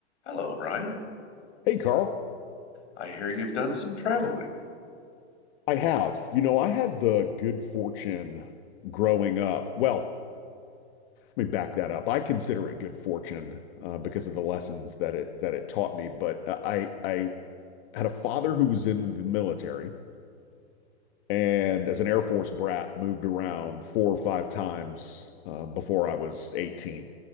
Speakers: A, on the left (about 90°); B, on the left (about 55°).
A: Hello, Brian.
B: Hey, Carl.
A: I hear you've done some traveling.
B: I have. You know, I had the good fortune growing up. Well, let me back that up. I consider it good fortune uh, because of the lessons that it that it taught me. But uh, I I had a father who was in the military and as an Air Force brat moved around four or five times uh, before I was 18